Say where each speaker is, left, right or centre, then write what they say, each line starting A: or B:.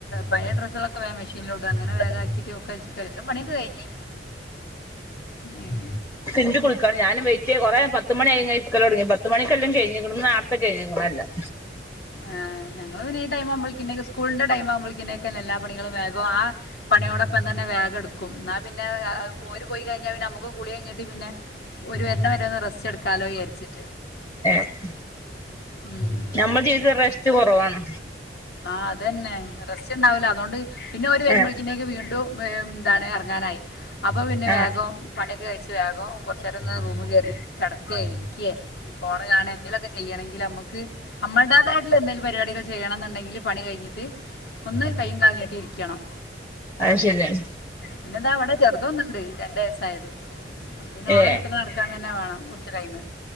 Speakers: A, on the left; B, on the left.
A: പയ ഡ്രസ്സുകളൊക്കെ വേഗം മെഷീനിലോട്ട് അങ്ങനെ വേഗാക്കിട്ട് ഒക്കെല്ല പണീ കഴിഞ്ഞ് ഉം
B: ന്റ് കുളിക്കാണ് ഞാന് വെയിറ്റ് കൊറെ പത്ത് മണി കഴിഞ്ഞ് ഇരിക്കലുടങ്ങി പത്ത് മണിക്കെല്ലാം കഴിഞ്ഞേക്കണു കഴിഞ്ഞേക്കണ് എല്ലാം
A: ആഹ് ഞങ്ങള് പിന്നെ ഈ ടൈം ആകുമ്പോളേക്കും സ്കൂളിന്റെ ടൈംമാവുമ്പോളേക്കും എല്ലാ പണികും വേഗോ ആഹ് പണിയോടൊപ്പം തന്നെ വേഗം എടുക്കും എന്നാ പിന്നെ ഓര് പോയി കഴിഞ്ഞാ പിന്നെ നമുക്ക് കുളി കഴിഞ്ഞിട്ട് പിന്നെ ഓരു വരണ വരെ ഒന്ന് റെസ്റ്റ്‌ എടുക്കാലോ വിചരിച്ചിട്ട്.
B: ഏഹ്
A: ഉം
B: നമ്മ ജീവിതത്തിൽ റെസ്റ്റ് കുറവാണ്.
A: ആഹ് അതന്നെ റെസ്റ്റ് ഉണ്ടാവില്ല അതുകൊണ്ട് പിന്നെ ഓര് വരുമ്പോഴേക്കിന്നേക്ക്
B: ഏ
A: വീണ്ടും എന്താണ് ഇറങ്ങാനായി അപ്പൊ പിന്നെ
B: ആ
A: വേഗം പണിയൊക്കെ കഴിച്ചു വേഗം കൊറച്ച് നേരം ഒന്ന് റൂമ് കയറി കിടക്കേ ഇരിക്കെ ഫോണ് കാണുവേ എന്തെേലുമൊക്കെ ചെയ്യണെങ്കിൽ നമുക്ക് നമ്മളുടേതായിട്ടുള്ള എന്തേങ്കിലും പരിപാടികൾ ചെയ്യണംന്നുണ്ടെങ്കില് പണി കഴിഞ്ഞിട്ട് ഒന്ന് കൈയും കാലും നീട്ടിയിരിക്കണം.
B: അയ് ശെരിയാണ്
A: പിന്നെന്താവിടെ ചെറുതോന്നുണ്ട് രണ്ട് വയസായത്. പിന്നെ ഓളെ
B: ഏ
A: വെച്ചോണ്ട് നടക്കാൻ തന്നെ വേണം കുറച്ച് ടൈമ്